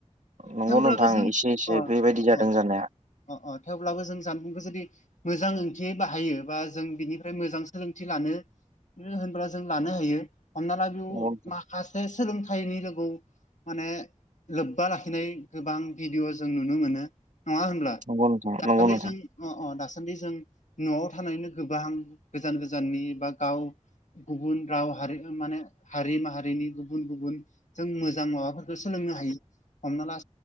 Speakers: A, on the right; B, on the left.
A: नंगौ
B: थेवब्लाबो
A: नोंथां
B: जों
A: एसे एसे
B: अ
A: बेबायदि
B: अ
A: जादों जानाया
B: अ अ थेवब्लाबो जों जानबुंखौ जुदि मोजां ओंथियै बाहायो बा जों बिनिफ्राय मोजां सोलोंथि लानो होनोबब्ला जों लानो हायो हमना ला बेयाव
A: नंगौ नोंथां
B: सासे सोलोंथाइनि लोगोगौ माने लोब्बा लाखिनाय गोबां भिडियअ जों नुनो मोनो नङा होनब्ला
A: नंगौ नोंथां
B: दासान्दि
A: नंगौ नोंथां
B: जों अ अ दासान्दि जों न'आव थानायनो गोबां गोजान गोजाननि बा गाव गुबुन राव हारि माने हारि माहारिनि गुबुन गुबुन जों मोजां माबाफोरखौ सोलोंनो हायो हमना लां